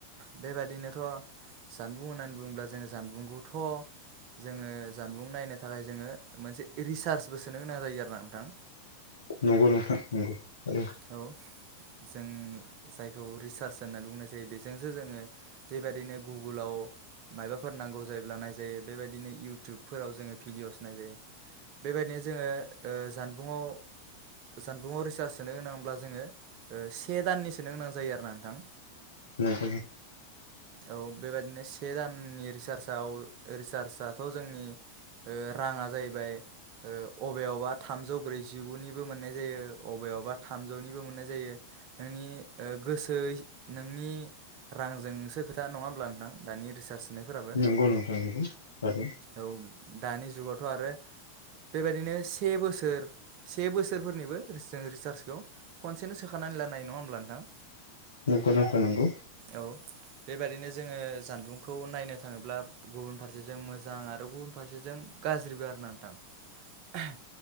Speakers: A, on the right; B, on the left.
A: बेबादिनोथ' जानबुं होननानै बुङोब्ला जों जानबुंखौथ' जोङो जानबुं नायनो थाखाय जोङो मोनसे रिसार्चबो सोनो गोनां जायो आरोना नोंथां।
B: नंगौ नंथां नंगौ थारैनो
A: औ जों जायखौ रिसार्च होननानै बुंनाय जायो बेजोंसो जोङो बेबायदिनो गुगोलाव मायबाफोर नांगौ जायोब्ला नायजायो बेबायदिनो इउटुबफोराव जोङो भिडिअ'स नायजायो बेबायदिनो जोङो ओ जानबुंङाव जानबुंआव रिसार्ज सोनो गोनांब्ला जोङो ओ से दाननि सोनो गोनां जायो आरोना नोंथां।
B: नों
A: औ बेबायदिनो से दाननि रिसार्जआव रिसार्जआथ' जोंनि ओ राङा जाहैबाय ओ अबेयावबा थामजौ ब्रैजिगुनिबो मोननाय जायो अबेयावबा थामजौनिबो मोननाय जायो। नोंनि ओ गोसोय नोंनि रांजोंसो खोथा नङा होमब्ला नोंथां दानि रिसार्ज सोनायफोराबो
B: नंगौ नोंथां नंगौ थारैनो
A: औ दानि जुगावथ' आरो बेबायदिनो से बोसोर से बोसोरफोरनिबो जों रिसार्जखौ खनसेनो सोखानानै लानो हायो नङा होमब्ला नोंथां।
B: नोंंगौ नंगौ नोंगौ।
A: औ बेबादिनो जोङो जानबुंखौ नायनो थाङोब्ला गुबुन फारसेजों मोजां आरो गाज्रिबो आरो ना नोंथां